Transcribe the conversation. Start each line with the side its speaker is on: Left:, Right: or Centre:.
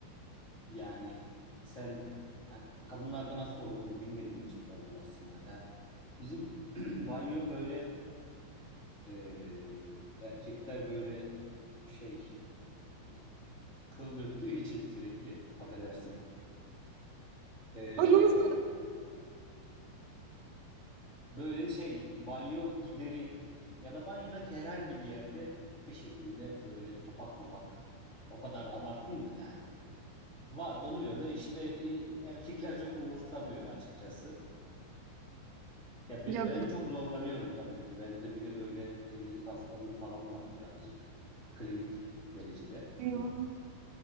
Left: yani sen yani kadınlarda nasıl oluyor onu bilmediğim için soracağım aslında. Ya bizim <clears throat> banyo böyle ee, erkekler böyle şey hani kıl döktüğü için sürekli affedersin. Ee,
Right: Anımız
Left: böyle şey banyo gideri ya da banyodaki herhangi bir yerde bir şekilde böyle topak topak o kadar da abartmayayım da yani Var oluyor ve işte e, erkekler çok umursamıyor açıkçası. Ya be-
Right: yok.
Left: ben çok zorlanıyorum tabii ki. Bende bir de böyle temizlik hastalığı falan var birazcık. Klinik derecede.
Right: bu-